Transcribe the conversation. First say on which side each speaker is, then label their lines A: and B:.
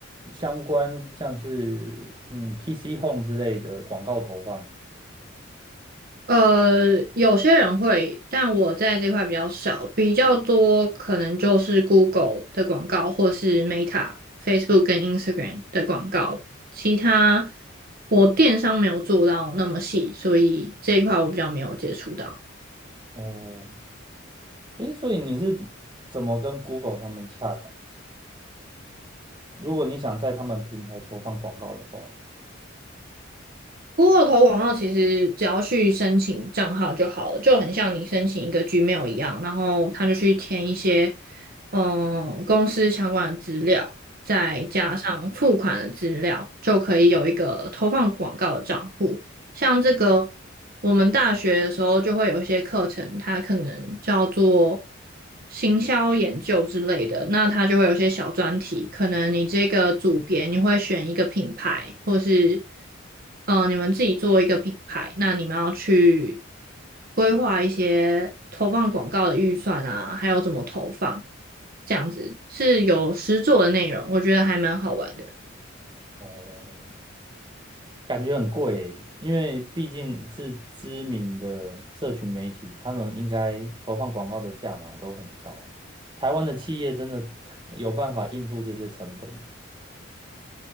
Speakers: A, on the right; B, on the right.
A: 相关像是嗯 PC Home 之类的广告投放。
B: 呃，有些人会，但我在这块比较少，比较多可能就是 Google 的广告，或是 Meta、Facebook 跟 Instagram 的广告。其他我电商没有做到那么细，所以这一块我比较没有接触到。
A: 哦，诶，所以你是怎么跟 Google 他们洽谈？如果你想在他们平台投放广告的话，
B: 不过投广告其实只要去申请账号就好了，就很像你申请一个 Gmail 一样，然后他就去填一些嗯、呃公司相关的资料，再加上付款的资料，就可以有一个投放广告的账户。像这个，我们大学的时候就会有一些课程，它可能叫做行销研究之类的，那它就会有一些小专题，可能你这个组别你会选一个品牌，或是嗯、呃你们自己做一个品牌，那你们要去规划一些投放广告的预算啊，还有怎么投放，这样子是有实作的内容，我觉得还蛮好玩的。
A: 哦，感觉很贵欸因为毕竟是知名的社群媒体，他们应该投放广告的价码都很高。台湾的企业真的 <laughs> 有办法应付这些成本吗？